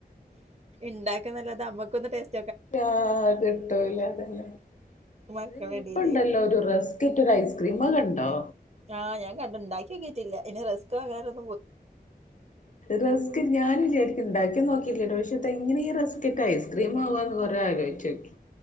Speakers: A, on the right; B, on the left.
A: ണ്ടാക്കന്നല്ലാതെ നമ്മന്നൊന്ന് ടേസ്
B: ആ അത്ട്ടൂല അതന്നെ.
A: മക്കളെടേല്
B: അതെ വലിപ്പണ്ടല്ലോ ഒരു റസ്കറ്റ് ഒരു ഐസ്ക്രീമ് കണ്ടോ?
A: ആ ഞാൻ കണ്ട് ണ്ടാക്കിയോക്കിട്ടില്ല ഇനി റെസ്കങ്ങാനും
B: റെസ്ക് ഞാനുചാരിക്ക ണ്ടാക്കി നോക്കില്ലട്ടോ ഷേ. ഇതെങ്ങനീ റെസ് ക്കക്കെസ്ക്രീംമാവാന്ന് കൊറെലോചിച്ചോക്കി.